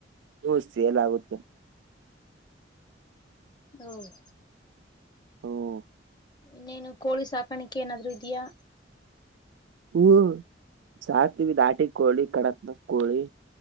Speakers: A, on the right; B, on the left.
A: ಹ್ಮ್ ಸೇಲ್ ಆಗುತ್ತೆ.
B: ಹೌ <inaudible>
A: ಹ್ಮ್
B: ಇನ್ನೇನು ಕೋಳಿ ಸಾಕಾಣಿಕೆ ಏನಾದ್ರು ಇದ್ಯಾ,
A: ಹ್ಮ್, ಸಾಕ ತೀನಿ ನಾಟಿ ಕೋಳಿ, ಕಡಕ್ ಕೋಳಿ